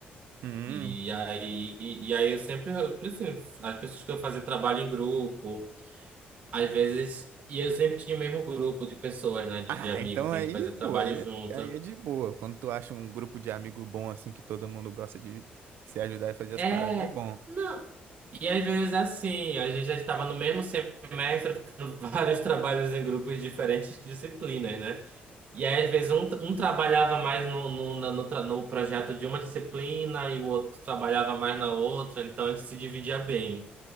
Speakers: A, on the right (about 75°); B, on the right (about 40°).
A: Hum.
B: E aí, e, e aí eu sempre, eu, assim, as pessoas que eu fazia trabalho em grupo, às vezes, e eu sempre tinha o mesmo grupo de pessoas, né, de,
A: Ah,
B: de amigos
A: então
B: que
A: aí,
B: a gente fazia trabalho
A: pô, aí
B: junto.
A: é, aí é de boa. Quando tu acha um grupo de amigo bom assim que todo mundo gosta de se ajudar e fazer
B: É,
A: as paradas, é bom.
B: não. E às vezes assim, a gente já estava no mesmo semestre fazendo <laughs> vários trabalhos em grupos de diferentes disciplinas, né? E aí às vezes um, um trabalhava mais no, no, na- no, tra- no projeto de uma disciplina e o outro trabalhava mais na outra, então a gente se dividia bem.